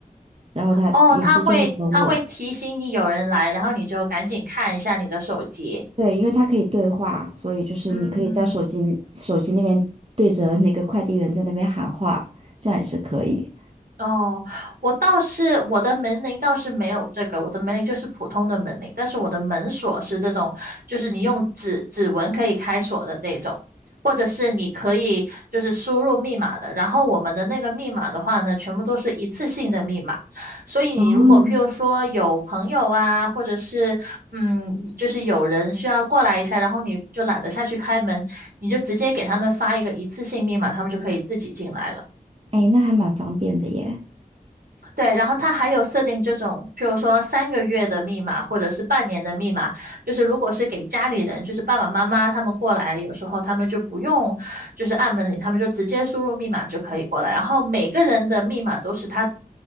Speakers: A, on the right; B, on the right.
A: 然后他有些就会等我，
B: 哦，它会它会提醒你有人来，然后你就赶紧看一下你的手机。
A: 对，因为他可以对话，所以就是你可以在手机里手机那边对着那个快递员在那边喊话，
B: 嗯。
A: 这样也是可以。
B: 哦，我倒是我的门铃倒是没有这个，我的门铃就是普通的门铃，但是我的门锁是这种，就是你用指指纹可以开锁的这一种，或者是你可以就是输入密码的。然后我们的那个密码的话呢，全部都是一次性的密码，所以你如果譬如说有朋友啊，
A: 哦，嗯，
B: 或者是嗯，就是有人需要过来一下，然后你就懒得下去开门，你就直接给他们发一个一次性密码，他们就可以自己进来了。
A: 哎，那还蛮方便的耶。
B: 对，然后他还有设定这种，譬如说三个月的密码或者是半年的密码，就是如果是给家里人，就是爸爸妈妈他们过来，有时候他们就不用就是按门铃，他们就直接输入密码就可以过来。然后每个人的密码都是他，就